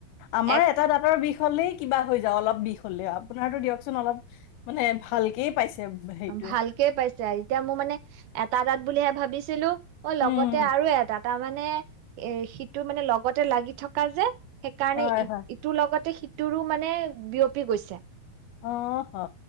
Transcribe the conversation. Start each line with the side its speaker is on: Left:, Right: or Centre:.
Left: আমাৰ
Right: এক
Left: এটা দাঁতৰ বিষ হ'লে কিবা হৈ যাওঁ অলপ বিষ হলে আপোনাৰতো দিয়কচোন অলপ মানে ভালকে পাইছে হেৰিটোৱে
Right: ভালকে পাইছে এতিয়া মোৰ মানে এটা দাঁত বুলিহে ভাবিছো তিলো অ
Left: উম
Right: লগতে আৰু এটা তাৰ মানে এ সিটো মানে লগতে লাগি থকা যে সেইকাৰণে
Left: হয়
Right: ই
Left: হয়
Right: ইটোৰ লগতে সি তোৰো মানে বিয়পি গৈছে
Left: অ অ